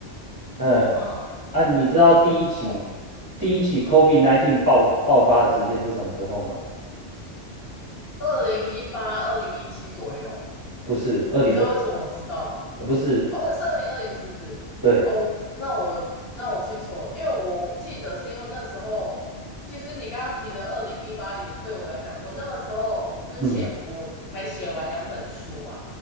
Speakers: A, on the right (about 20°); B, on the left (about 60°).
A: 嗯，
B: 好，好
A: 啊，你知道第一起第一起
B: 哇，
A: COVID-19 爆爆发的时间是什么时候吗？
B: 二零一八、二零一七左右。
A: 不是二零二零
B: 你知道为什么我知道吗？
A: 呃不是，
B: 哦，是二零二零是不是？
A: 对，
B: 哦，我那我那我记错了因为我记得是因为那时候，其实你刚刚提的二零一八也是对我来讲，我那个时候之前我才写完两本书啊，
A: 嗯，